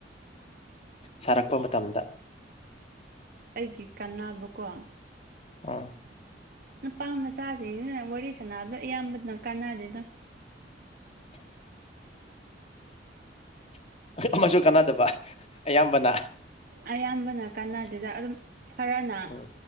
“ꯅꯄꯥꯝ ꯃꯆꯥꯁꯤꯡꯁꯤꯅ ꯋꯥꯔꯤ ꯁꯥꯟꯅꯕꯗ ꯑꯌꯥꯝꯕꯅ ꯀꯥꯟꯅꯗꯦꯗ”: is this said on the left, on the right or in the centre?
Right